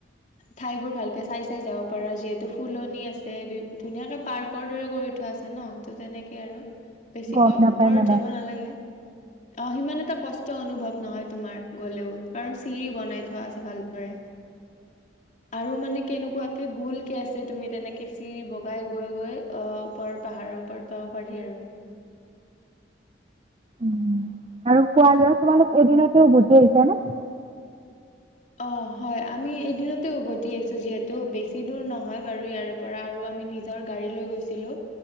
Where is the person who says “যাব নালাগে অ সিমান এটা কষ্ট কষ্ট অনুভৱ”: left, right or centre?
Left